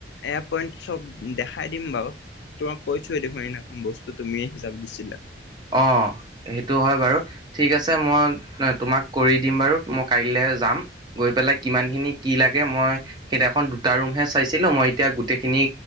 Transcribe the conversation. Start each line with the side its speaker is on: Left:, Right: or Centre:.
Left: এয়াপইণ্ট চব দেখাই দিম বাউ। তোমাক কৈছোয়েই দেখোন এদিনাখন, বস্তু তুমিয়ে হিচাপ দিছিলা।
Right: অ', হেইটো হয় বাৰু, ঠিক আছে মই তোমাক কৰি দিম বাৰু মই কাইলে যাম, গৈ পেলাই কিমান খিনি কি লাগে, মই সেইদিখন দুটা ৰুমে চাইছিলোঁ, মই এতিয়া গোটেইখি নি